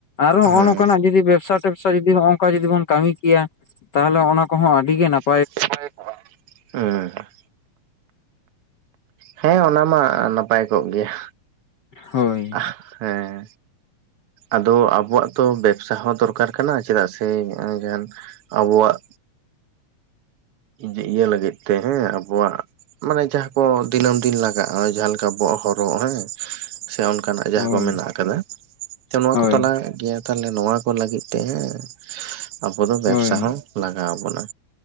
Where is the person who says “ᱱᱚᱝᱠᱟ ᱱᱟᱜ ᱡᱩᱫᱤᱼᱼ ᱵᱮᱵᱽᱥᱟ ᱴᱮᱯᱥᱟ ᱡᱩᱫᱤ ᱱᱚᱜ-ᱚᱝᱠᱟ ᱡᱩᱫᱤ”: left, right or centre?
Left